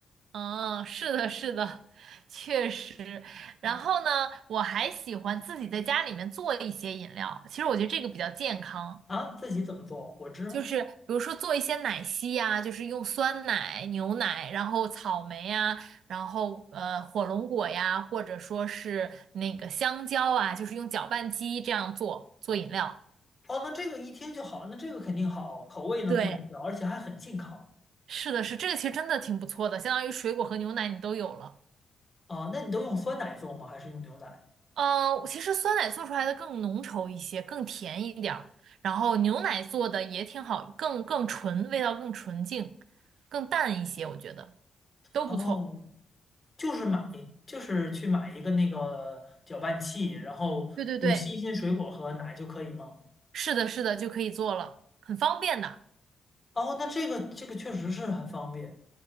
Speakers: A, on the right; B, on the left.
A: 嗯，是的，是的，确实。然后呢，
B: 啊
A: 我还喜欢自己在家里面做一些饮料。其实我觉得这个比较健康，
B: 啊，自己怎么做？果汁吗？
A: 就是比如说做一些奶昔呀、就是用酸奶、牛奶，然后草莓呀、然后呃火龙果呀，或者说是那个香蕉啊，就是用搅拌机这样做做饮料。
B: 哦，那这个一听就好，那这个肯定好，口味能自己调，
A: 对，
B: 而且还很健康
A: 是的，是这个，其实真的挺不错的，相当于水果和牛奶你都有了。
B: 啊。那你都用酸奶做吗？还是用牛奶？
A: 呃，其实酸奶做出来的更浓稠一些，更甜一点儿，然后牛奶做的也挺好，更更纯，味道更纯净，更淡一些，我觉得都不错。
B: 哦，就是买，就是去买一个那个搅拌器，然后用新鲜水果和奶就可以吗？
A: 对对对，是的，是的，就可以做了，很方便的。
B: 哦，那这个这个确实是很方便。